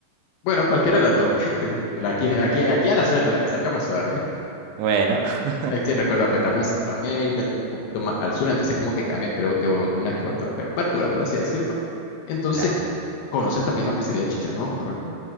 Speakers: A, on the left (about 75°); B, on the right (about 80°).
A: Bueno, cualquiera de las dos. <laughs> pues, la Aquí, aquí, aquí a la suerte, la que salga más suave.
B: Bueno, <laughs>
A: Es que recuerda, pues estamos en Centroamérica, un poquito más al sur, entonces como que cambian, creo que una que otra pues, apertura, por así decirlo. Entonces,
B: la,
A: conoces también lo que sería el chicharrón, ¿correcto?